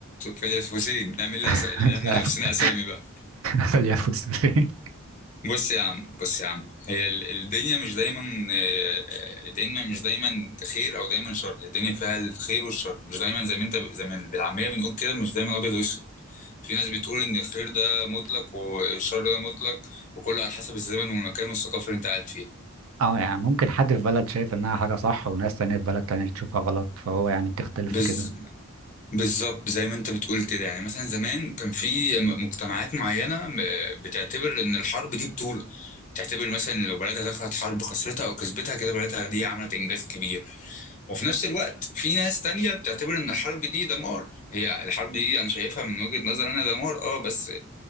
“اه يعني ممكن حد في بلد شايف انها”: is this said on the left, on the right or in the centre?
Right